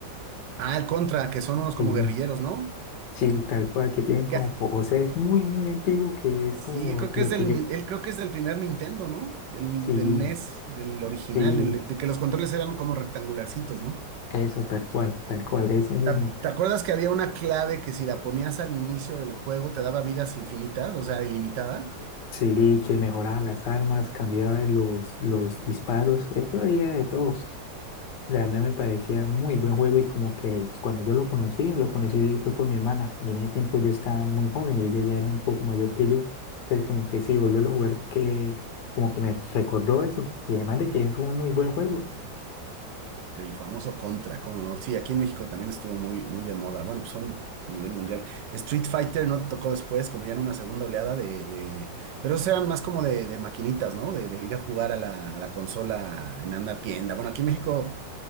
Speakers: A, on the right; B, on the left.
A: Ah, el Contra, que son unos como
B: Sí,
A: guerrilleros, ¿no?
B: sí, tal cual, que tienen como,
A: Que,
B: po- o sea, es muy, muy antiguo, que es
A: sí,
B: como
A: creo que
B: lo
A: es
B: que
A: del,
B: yo.
A: nin- él creo que es del primer Nintendo, ¿no? Del,
B: Sí,
A: del NES, del original,
B: sí,
A: del- de que los controles eran como rectangularcitos, ¿no?
B: eso, tal cual, tal cual, ese mismo.
A: ¿Te, ac- te acuerdas que había una clave que si la ponías al inicio del juego te daba vidas infinitas, o sea, ilimitadas?
B: Sí, que mejoraba las armas, cambiaba los, los disparos, eso había de todo. La verdad me parecía muy buen juego y como que cuando yo lo conocí, lo conocí fue por mi hermana y en ese tiempo yo estaba muy joven y ella ya era un poco mayor que yo, entonces como que sí, volverlo a jugar que como que me recordó eso y además de que es un muy buen juego,
A: El famoso Contra, ¿cómo no? Sí, aquí en México también estuvo muy, muy de moda. Bueno, pues son a nivel mundial. Street Fighter no tocó después, como ya en una segunda oleada de, de- Pero esos eran más como de, de maquinitas, ¿no? De, de ir a jugar a la, a la consola en una tienda. Bueno, aquí en México